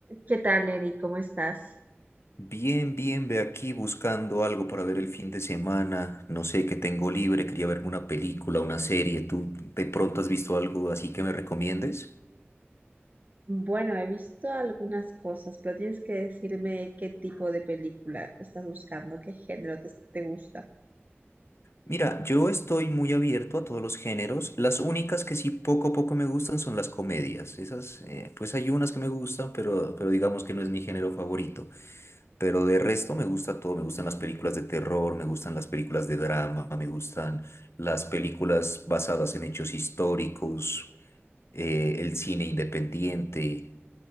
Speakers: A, on the right (about 40°); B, on the left (about 75°).
A: ¿Qué tal, Eri? ¿Cómo estás?
B: Bien, bien, ve aquí buscando algo para ver el fin de semana. No sé qué tengo libre, quería verme una película, una serie. ¿Tú de pronto has visto algo así que me recomiendes?
A: Bueno, he visto algunas cosas, pero tienes que decirme qué tipo de película estás buscando, qué género te, te gusta.
B: Mira, yo estoy muy abierto a todos los géneros. Las únicas que sí poco a poco me gustan son las comedias. Esas, eh, pues hay unas que me gustan, pero, pero digamos que no es mi género favorito. Pero de resto me gusta todo. Me gustan las películas de terror, me gustan las películas de drama, me gustan las películas basadas en hechos históricos. eh, el cine independiente.